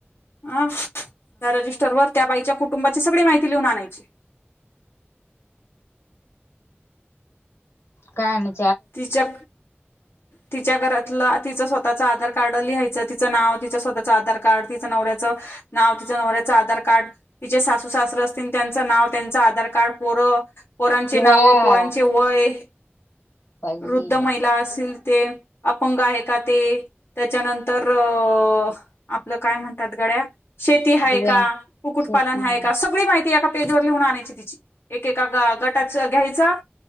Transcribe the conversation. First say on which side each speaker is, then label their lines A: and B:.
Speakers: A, on the left; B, on the left.
A: आं त्या रजिस्टर वर त्या बाईच्या कुटुंबाची सगडी माहिती लिहून आणायची.
B: काय अनु.
A: तिच्या तिच्या घरात. तिं स्वतःचांधार कारड लिहायं तिचं नाव तिं स्वतःच आधार कार्ड ति नवऱ्या च नाव ति नवऱ्या आधार कार्ड ति सासू स त्यांच नाव त्यांच आधार कार्ड पोरं पोरांचे
B: दिवा
A: नाव पोरांचे वय.
B: पाहिजे
A: वृद्ध महिला असतील ते अपंग आहे, का ते त्याच्यानंतर अ आपलं काय म्हणतात गड्या. शेती आहे,
B: दिव्या
A: का कुक्कुटपालन
B: शेती
A: आहे,
B: हा.
A: का सगळी माहिती एका पेजवरर लिहून आणायची. तिचे एकका गटा घ्यायचा